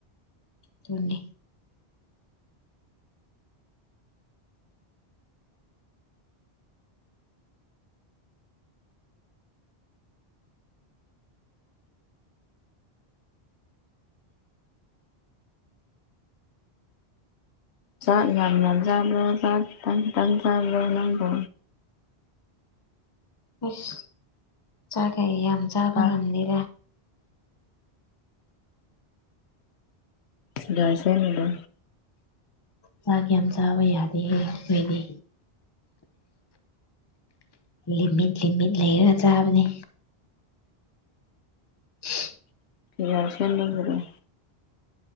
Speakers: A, on the left (about 25°); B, on the left (about 85°).
A: ꯇꯨꯅꯤ
B: ꯆꯥꯛ ꯌꯥꯝ ꯌꯥꯝ ꯅꯆꯥꯕ꯭ꯔꯣ ꯆꯥꯛ ꯈꯤꯇꯪ ꯈꯤꯇꯪ ꯆꯥꯕ꯭ꯔꯣ ꯅꯪꯕ꯭ꯔꯣ
A: ꯑꯁ ꯆꯥꯈꯩ ꯌꯥꯝ ꯆꯥꯕ
B: ꯑꯥ
A: ꯉꯝꯅꯤꯔꯦ
B: ꯔꯁꯗ
A: ꯆꯥꯛ ꯌꯥꯝ ꯆꯥꯕ ꯌꯥꯗꯦꯌꯦ ꯑꯈꯣꯏꯗꯤ ꯂꯤꯃꯤꯠ ꯂꯤꯃꯤꯠ ꯂꯩꯔꯒ ꯆꯥꯕꯅꯤ <unintelligible>
B: <unintelligible>